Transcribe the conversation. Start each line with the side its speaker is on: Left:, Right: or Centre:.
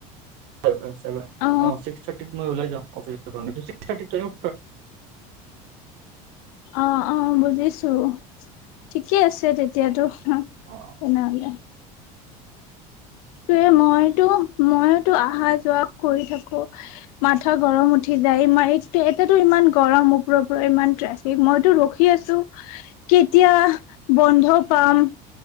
Right: ভ অ ছিক্স
Left: অ
Right: থাৰটিতত মই ওলাই যওঁ ফিক্স থাৰিত ত উ
Left: অ অ বুজিছো ঠিকে আছে তেতিয়াতো
Right: অ
Left: তে নাললে তে মইতো মইতো অহা যোৱা কৰি থাকো মাথা গৰম উঠি ই মা একটো এতেতো ইমান গৰম, ওপৰৰ পৰা ইমান ট্ৰেফিক মইতো ৰখি আছোঁ। এতিয়া বন্ধ পাম।